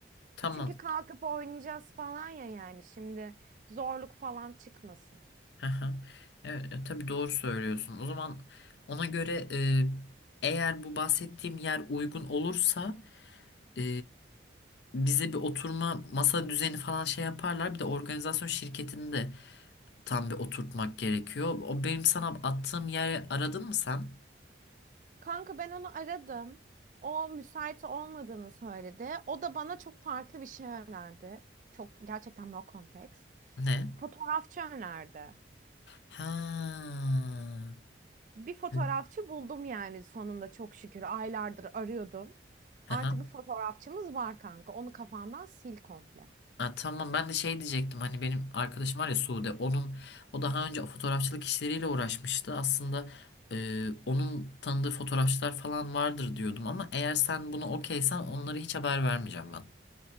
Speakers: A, on the left; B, on the right.
A: Tamam
B: Çünkü kalkıp oynayacağız falan ya yani şimdi zorluk falan çıkmasın.
A: Hı hı. Evet, e, tabii doğru söylüyorsun. O zaman ona göre e, eğer bu bahsettiğim yer uygun olursa e, bize bir oturma masa düzeni falan şey yaparlar. Bir de organizasyon şirketini de tam bir oturtmak gerekiyor. O benim sana attığım yeri aradın mı sen?
B: Kanka ben onu aradım. O müsait olmadığını söyledi. O da bana çok farklı bir şey önerdi. Çok gerçekten no context.
A: Ne?
B: Fotoğrafçı önerdi.
A: Ha.
B: Bir fotoğrafçı
A: Evet.
B: buldum yani sonunda çok şükür. Aylardır arıyordum.
A: Hı
B: Artık
A: hı.
B: bir fotoğrafçımız var kanka. Onu kafandan sil komple.
A: Ha, tamam ben de şey diyecektim hani benim arkadaşım var ya Sude onun o daha önce fotoğrafçılık işleriyle uğraşmıştı aslında e, onun tanıdığı fotoğrafçılar falan vardır diyordum ama eğer sen bunu okeysen onlara hiç haber vermeyeceğim ben.